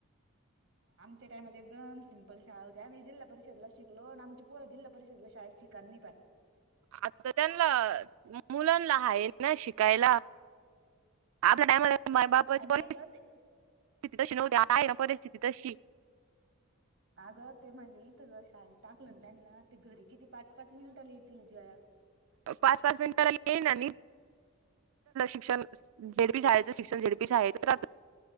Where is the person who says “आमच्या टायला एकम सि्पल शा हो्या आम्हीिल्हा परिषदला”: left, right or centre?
Right